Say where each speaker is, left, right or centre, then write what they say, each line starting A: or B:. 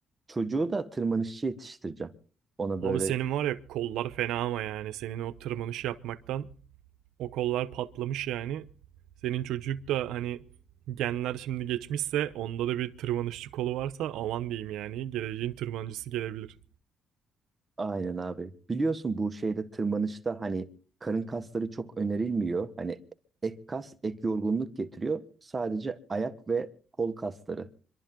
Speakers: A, on the right (about 25°); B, on the right (about 80°).
A: çocuğu da tırmanışçı yetiştireceğim. Ona
B: Abi
A: böyle
B: senin var ya kollar fena ama yani senin o tırmanış yapmaktan o kollar patlamış yani. Senin çocuk da hani genler şimdi geçmişse onda da bir tırmanışçı kolu varsa aman diyeyim yani geleceğin tırmancısı gelebilir.
A: aynen abi. Biliyorsun bu şeyde tırmanışta hani karın kasları çok önerilmiyor. Hani ek kas ek yorgunluk getiriyor. Sadece ayak ve kol kasları